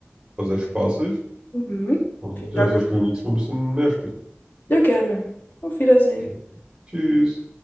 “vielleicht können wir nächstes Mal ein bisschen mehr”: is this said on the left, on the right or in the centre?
Right